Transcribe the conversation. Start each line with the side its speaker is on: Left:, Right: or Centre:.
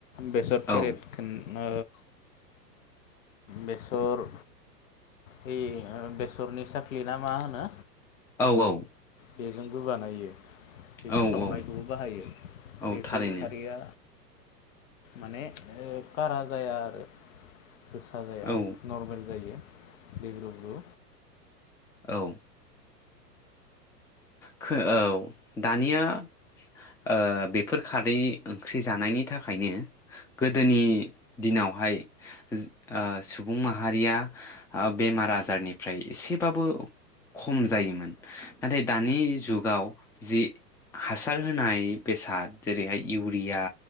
Left: बेसर फेरदखोना
Centre: औ
Left: बेसर ए बेसरनि साख्लि ना मा होनो
Centre: औ औ
Left: बेजोंबो बानायो बेखौ
Centre: औ
Left: सावनायखौबो
Centre: औ
Left: बाहायो
Centre: औ
Left: बेफोर
Centre: थारैनो
Left: खारैया माने खारा जाया आरो गोसा जाया
Centre: औ
Left: नर्मेल जायो दैब्रु ब्रु
Centre: औ खो औ दानिया ओ बेफोर खारै ओंख्रि जानायनि थाखायनो गोदोनि दिनावहाय ओ सुबुं माहारिया बेमार आजारनिफ्राय एसेबाबो खम जायोमोन नाथाय दानि जुगाव जि हासार होनाय बेसाद जेरैहाय इउरिया